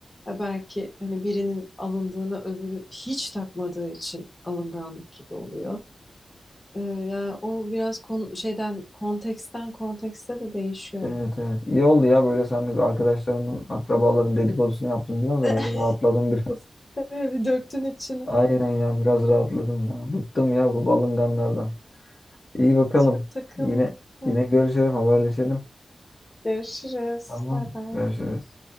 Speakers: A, on the left (about 20°); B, on the left (about 40°).
A: Ya belki hani birinin alındığını öbürü hiç takmadığı için alınganlık gibi oluyor. E, yani o biraz kon- şeyden konteksten kontekste de değişiyor.
B: Evet evet. İyi oldu ya böyle sen de bir arkadaşlarımın, akrabaların dedikodusunu yaptım biraz
A: <laughs>
B: da böyle rahatladım <laughs> biraz.
A: Bir döktün içine.
B: Aynen ya biraz rahatladım ya. Bıktım ya bu balınganlardan. İyi bakalım.
A: Çok takılma.
B: Yine
A: Heh,
B: yine görüşelim, haberleşelim.
A: Görüşürüz.
B: Tamam,
A: Bay bay.
B: görüşürüz.